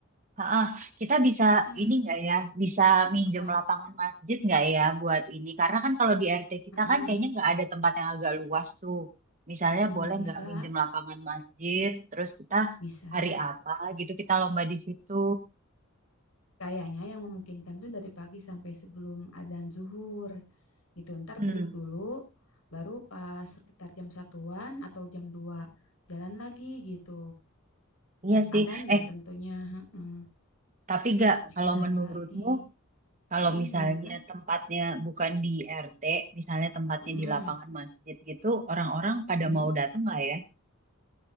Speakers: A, on the right; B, on the left.
A: heeh. Kita bisa
B: Mm-mm.
A: ini nggak ya? Bisa minjem
B: Apa?
A: lapangan masjid nggak ya buat ini? Karena kan kalau di RT kita
B: Mm-mm.
A: kan kayaknya nggak ada tempat yang agak luas tuh. Misalnya
B: Mm-mm.
A: boleh
B: Bisa,
A: nggak minjem lapangan masjid? Terus kita
B: bisa.
A: hari apa gitu kita lomba di situ.
B: Kayaknya yang memungkinkan tuh dari pagi sampai sebelum adzan zuhur gitu. Ntar
A: Hmm,
B: break dulu, baru pas sekitar jam satuan atau jam 2 jalan lagi gitu.
A: iya sih.
B: Adzan deh
A: Eh,
B: tentunya, heeh.
A: tapi gak
B: Istirahat
A: kalau menurutmu
B: lagi.
A: Kalau
B: Heeh,
A: misalnya
B: gimana?
A: tempatnya bukan di RT, misalnya tempatnya
B: Heeh,
A: di lapangan masjid gitu, orang-orang pada
B: heeh.
A: mau datang nggak ya?